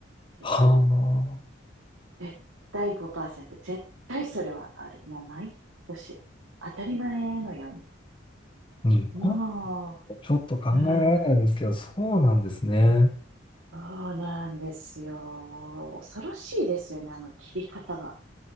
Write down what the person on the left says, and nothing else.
は
あ、日本、
ちょっと考えられないですけど、
そうなんですね。